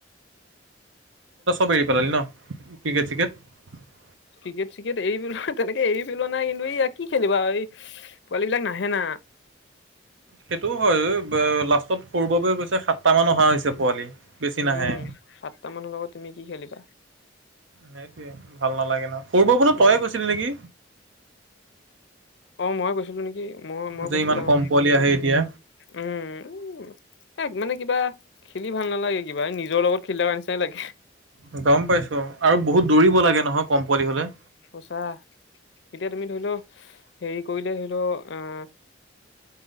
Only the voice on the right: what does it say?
<unintelligible> প ক্ৰিকেট চিকেট।
সেইটো হয় লাষ্টত সৰু বাবু কৈছে সাতটা মান অহা হৈছে পোৱালি। বেছি
নাহে।
সেইটোৱয়ে ভাল নালাগে ন। সৰু বাবু নে তয়ে
কৈছিলি নেকি
যে
ইমান
কম পোৱালি আহে এতিয়া।
উ গম পাইছোঁ আৰু বহুত দৌৰিব লাগে নহয় কম পোৱালি হলে।